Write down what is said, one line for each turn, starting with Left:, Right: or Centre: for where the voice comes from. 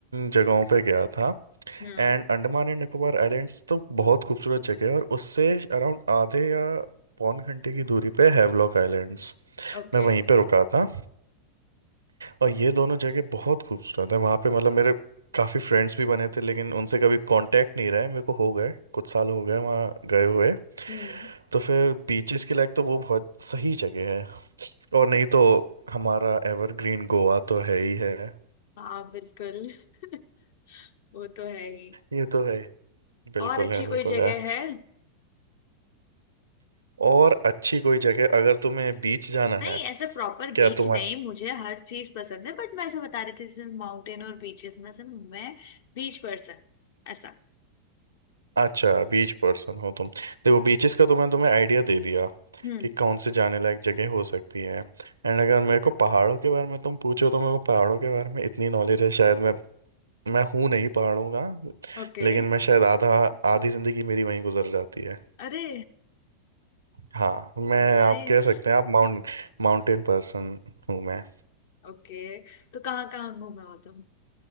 Right: जगहों पे गया था
Left: हम्म
Right: And Andaman and Nicobar islands तो बहुत खूबसूरत जगह है और उससे अराउंड आधे या पौन घंटे की दूरी पे हैवलॉक आइलैंड्स
Left: ओके
Right: मैं वहीं पे रुका था और ये दोनों जगह बहुत खूबसूरत है वहाँ पे मतलब मेरे काफ़ी फ्रेंड्स भी बने थे लेकिन उनसे कभी कांटेक्ट नहीं रहा है मेरे को हो गए कुछ साल हो गए वहाँ गए हुए
Left: हम्म
Right: तो फिर बीचेस के लायक तो वो बहुत सही जगह है और नहीं तो हमारा एवरग्रीन गोवा तो है ही है
Left: हाँ बिल्कुल <laughs> वो तो है ही
Right: ये तो है बिल्कुल
Left: और अच्छी
Right: है
Left: कोई
Right: बिल्कुल
Left: जगह
Right: है
Left: है
Right: और अच्छी कोई जगह अगर तुम्हें बीच जाना
Left: नहीं
Right: है
Left: ऐसे प्रॉपर
Right: क्या
Left: बीच
Right: तुम्हें
Left: नहीं मुझे हर चीज पसंद है बट मैं ऐसा बता रही थी जैसे माउंटेन और बीचेस में से मैं बीच पर्सन ऐसा
Right: अच्छा बीच पर्सन हो तुम देखो बीचेस का तो मैं तुम्हें आइडिया दे दिया
Left: हम्म
Right: कि कौन से जाने लायक जगह हो सकती है एंड अगर मेरे को पहाड़ों के बारे में तुम पूछो तो मेरे को पहाड़ों के बारे में इतनी नॉलेज है शायद मैं मैं हूँ नहीं पहाड़ों का
Left: ओके
Right: लेकिन मैं शायद आधा आधी जिंदगी मेरी वहीं गुजर जाती है
Left: अरे
Right: हाँ मैं
Left: नाइस
Right: आप कह सकते हैं आप माउंट माउंटेन पर्सन हूँ मैं
Left: ओके तो कहाँ कहाँ घूमे हो तुम